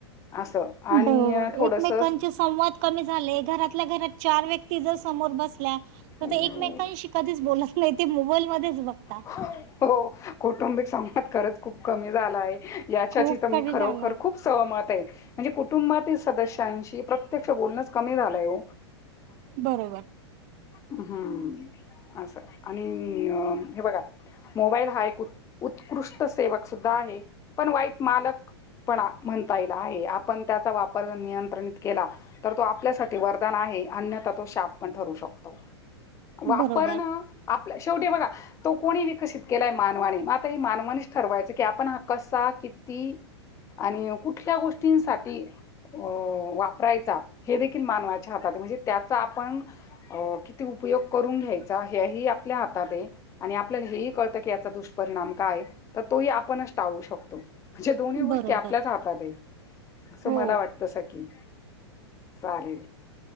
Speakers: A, on the left; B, on the right.
A: असं आणि
B: बरोबर
A: थोडस
B: एकमेकांचे संवाद कमी झाले घरातल्या घरात चार व्यक् कि जर समोर बसल्या
A: असं
B: त एक मेकांशी कदीच बोलत नाही ते मोबाईल तेज बघता.
A: हो कौटुंबिक संवाद खरच खूप कमी झालाय याच्याची
B: खूप
A: तर मी
B: कमी
A: खरोखर
B: झाला.
A: खूप सहमत म्हणजे कुटुंबातील सदस्यांशी प्रत्यक्ष बोलण कमी झालंय ओ.
B: बरोबर.
A: हम्म असं आणि हे बघा. मोबाईल हा एक उत्कृष्ट सेवक सुद्धा आहे पण वाईट मालक पण म्हणता येला आहे आपण त्याचा वापर नियंत्रणित केला तर तो आपल्यासाठी वरदान आहे अन्यथा तो शाप पण ठरू शकतो वापरणं
B: बरोबर,
A: आपलं शेवटी बघा तो कोणी विकसित केलाय मानवाने मग आता ह मानवाणीच ठरवायचं की आपण हा कसा किती आणि कुठल्या गोष्टींसाठी अ वापरायचा हे देखील मानवाच्या हातात म्हणजे त्याचा आपण किती उपयोग करून घ्यायचा ह्याही आपल्या हातात आहे. आणि आपल्याला हेही कळतं की याचा दुष्परिणाम काय तर तोही आपणच टाळू शकतो म्हणजे दोन्ही गोष्टी
B: बरोबर.
A: आपल्याच हातातहैत असं
B: हो,
A: मला वाटत सकी सारे